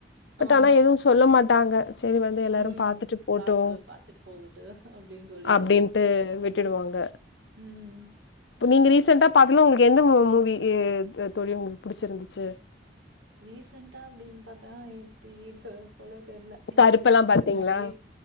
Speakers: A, on the left; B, on the right.
A: பட்
B: ஆமா.
A: ஆனா எதுவு சொல்ல மாட்டாங்க சரி வந்து எல்லாரு
B: ம்.
A: பாத்துட்டு போட்டு
B: பாக்கு பாத்துட்டு போகட்டு அப்டின்னு சொல்லிட்டு.
A: அப்டின்ட்டு விட்டுடுவாங்க
B: ம்
A: இப்ப நீங்க ரீசெண்டா பாத்தணு உங்ளுக்கு எந்த மூவி தோழி உங்ளுக்கு புடிச்சிருந்துச்சு
B: ரீசன்டா அப்டின் பாத்தா எப்டி சொ சொல்ல தெர்ல எனக்கு
A: கருப்பெல்லா பாத்தீங்களா
B: நறைய